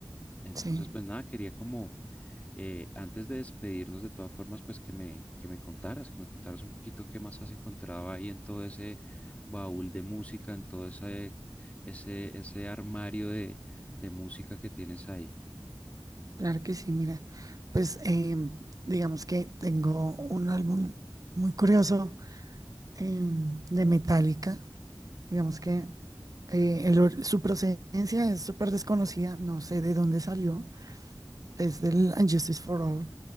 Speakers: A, on the left (about 20°); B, on the right (about 45°).
A: Entonces,
B: sí,
A: pues nada, quería como eh, antes de despedirnos, de todas formas, pues que me, que me contaras, que me contaras un poquito qué más has encontrado ahí en todo ese baúl de música, en todo ese, ese, ese armario de, de música que tienes ahí.
B: claro que sí, mira, pues em, digamos que tengo un álbum muy curioso em, de Metallica, digamos que... Eh, el or- su procedencia es súper desconocida, no sé de dónde salió. Es del And Justice for All.